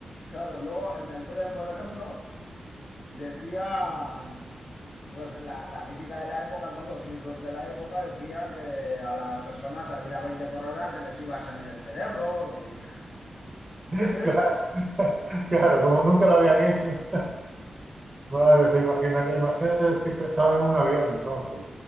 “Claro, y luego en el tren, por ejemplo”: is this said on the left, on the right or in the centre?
Left